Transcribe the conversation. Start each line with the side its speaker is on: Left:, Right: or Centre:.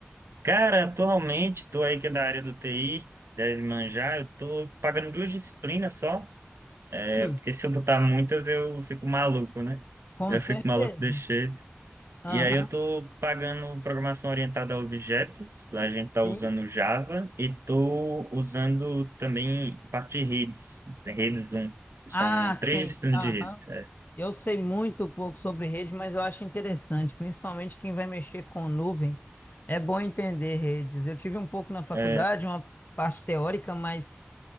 Right: Cara, atualmente, tô aí que é da área do TI, deve manjar, eu tô pagando duas disciplinas só,
Left: Hum,
Right: porque se eu botar muitas, eu fico maluco, né?
Left: com
Right: Eu
Left: certeza.
Right: fico maluco, deixei.
Left: Aham,
Right: E aí eu tô pagando programação orientada a objetos, a gente tá
Left: sim.
Right: usando Java e tô usando também parte de redes, redes um São
Left: Ah, sim.
Right: três disciplinas
Left: Aham.
Right: de redes. É.
Left: Eu sei muito pouco sobre rede, mas eu acho interessante, principalmente quem vai mexer com nuvem. É bom entender redes. Eu tive um pouco na faculdade,
Right: É,
Left: uma parte teórica, mas